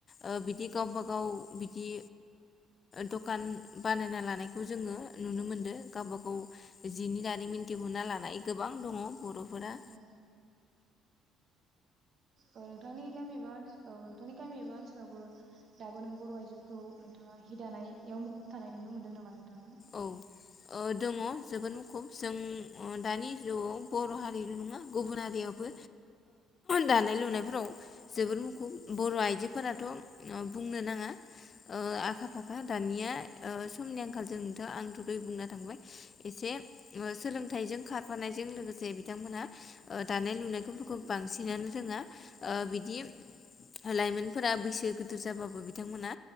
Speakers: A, on the left; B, on the right.
A: ओ बिदि गावबाागाव बिदि दखान बानायना लानायखौ जोङो नुनो मोनदों गावबा गाव जिनि दारिमिन दिहुनना लानाय गोबां दङ बर फोरा
B: औ औ नोंथांनि गामिबाओ औ नोंथांनि गामिबा ओनसावबो दाबो नों बर आइजोफोरखौ नोंथाङा हिदानायाव मुखुब थानाय नुनो मोन्दों नामा नों थाङा
A: औ ओ दङ जोबोद मुखुब जों दानि जुआव बर हारिल नङा गुबुन हारियावबो
B: औ
A: दानाय लुनायफोराव जोबोर मुखुब बर आइजोफोराथ बुंनो नाङा ओ आखा फाखा दानिया समनि आंखालजों आंथ दहय बुंना थांबाय एसे ओ सोलोंथाइजों खारफानायजों लोगोसे बिथांमोना ओ दानाय लुनाय खफोरखौ बांसिनानो रोङा बिदि लाइमोनफोरा बैसो गोदोर जाबाबो बिथांमोना